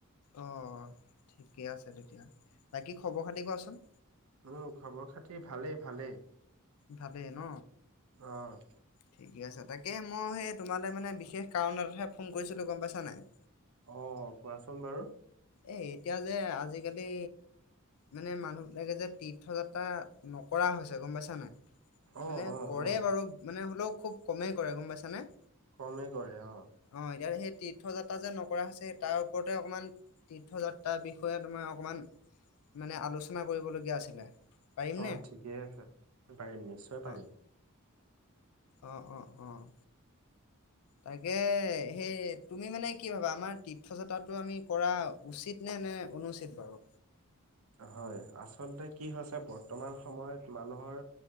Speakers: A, on the left; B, on the right.
A: অ', ঠিকে আছে তেতিয়া। বাকী খবৰ খাতি কোৱাচোন?
B: উম, খবৰ খাতি ভালেই, ভালেই।
A: ভালেই ন?
B: অ'।
A: ঠিকে আছে, তাকে মই সেই তোমালে মানে বিশেষ কাৰণ এটাতহে ফোন কৰিছিলোঁ গম পাইছা নাই?
B: অ', কোৱাচোন বাৰু।
A: এ এতিয়া যে আজিকালি মানে মানুহবিলাকে যে তীৰ্থযাত্ৰা নকৰা হৈছে, গম পাইছা নাই?
B: অ
A: মানে
B: অ
A: কৰে
B: অ
A: বাৰু মানে হ'লেও খুব কমেই কৰে গম পাইছানে?
B: কমেই কৰে অ'।
A: অ', এতিয়া হে তীৰ্থযাত্ৰা যে নকৰা হৈছে তাৰ ওপৰতে অকমান তীৰ্থযাত্ৰাৰ বিষয়ে তোমাৰ অকমান, মানে আলোচনা কৰিবলগীয়া আছিলে। পাৰিমনে
B: অ', ঠিকে আছে, পাৰিম নিশ্চয় পাৰিম।
A: অ অ', অ', অ'। তাকে, সেই তুমি মানে কি ভাবা আমাৰ তীৰ্থযাত্ৰাটো আমি কৰা উচিত নে, নে অনুচিত বাৰু?
B: হয়, আচলতে কি হৈছে বৰ্তমান সময়ত মানুহৰ